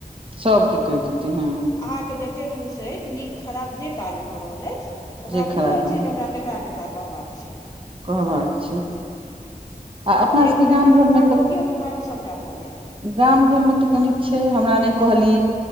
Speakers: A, on the right; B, on the left.
A: सब के कहि देते हँ
B: अहाँ के जते दूर से नीक खराब जे काज भए रहल अछि ओकरा
A: जे
B: बुझल
A: खराब
B: छै जे हमरा केकरा केकरा कहबाक छै
A: कहबाक छै आ अपना
B: तऽ एक गोटाके
A: सबके गाम
B: अहाँ
A: घर
B: भार
A: मे तऽ
B: दऽ दियौ तऽ ओ अहाँके सभटा कऽ देत।
A: गाम घर में तऽ कनिक छैय हमरा नय कहली